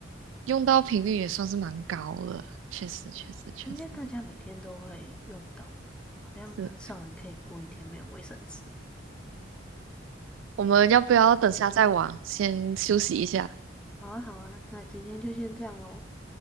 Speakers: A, on the right; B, in the centre.
A: 用到频率也算是蛮高了，确实确实确实
B: 应该大家每天都会用到吧？好像很少人可以过一天没有卫生纸。
A: 是。我们要不要等下再玩？先休息一下。
B: 好啊，好啊，那今天就先这样喽，